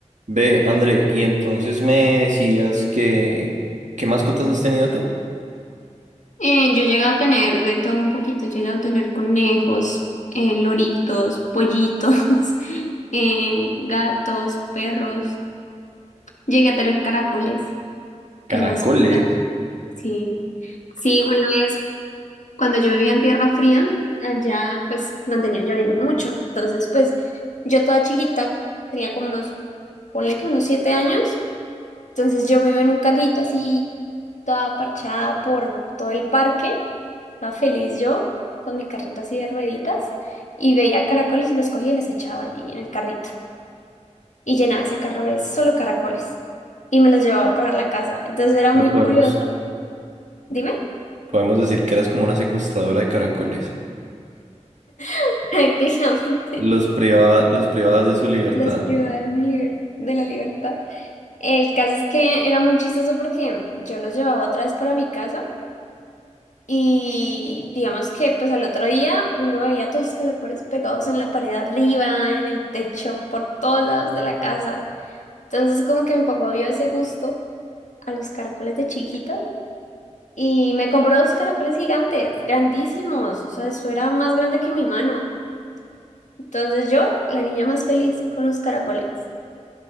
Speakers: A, on the right; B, on the left.
A: Ve, André, y entonces me decías que, ¿qué mascotas has tenido tú?
B: Eh, yo he llegado a tener de todo un poquito, he llegado a tener conejos, eh, loritos, pollitos, <laughs> eh, gatos, perros, llegué a tener caracoles
A: Caracoles.
B: de mascota, sí. Sí, una vez cuando yo vivía en tierra fría, allá pues mantenía lloviendo mucho, entonces pues yo toda chiquita, tenía como unos, ponle que unos siete años, entonces yo me iba en un carrito así, toda parchada por todo el parque, toda feliz yo, con mi carrito así de rueditas, y veía caracoles y los cogía y los echaba allí en el carrito. Y llenaba ese carro de solo caracoles. Y me los llevaba para la casa. Entonces era
A: O sea,
B: muy
A: podemos,
B: curioso, dime,
A: podemos decir que eras como una secuestradora de caracoles.
B: <laughs> prácticamente
A: Los privaba, los privabas de su libertad.
B: los privaba de mi liber- de la libertad. El caso es que era muy chistoso porque yo los llevaba otra vez para mi casa. Y digamos que pues al otro día uno veía todos los calcetines pegados en la pared arriba, en el techo, por todos lados de la casa. Entonces como que mi papá vio ese gusto a los caracoles de chiquita y me compró dos caracoles gigantes, grandísimos. O sea, eso era más grande que mi mano. Entonces yo, la niña más feliz con los caracoles.